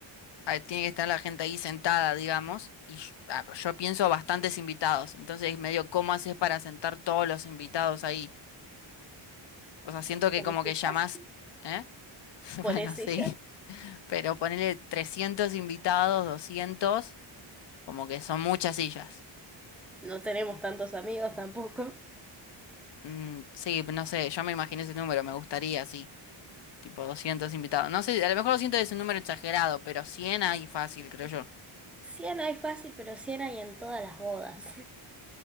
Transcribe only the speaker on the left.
ah, tiene que estar la gente ahí sentada, digamos, y yo, ah, pero yo pienso bastantes invitados, entonces medio, ¿cómo haces para sentar todos los invitados ahí? O sea, siento que
como
que llamás, ¿eh? <laughs>
Bueno,
sí. pero ponele 300 invitados, 200, como que son muchas sillas.
Mm, sí, no sé, yo me imaginé ese número, me gustaría, sí, tipo 200 invitados. No sé, a lo mejor 200 es un número exagerado, pero 100 hay fácil, creo
yo.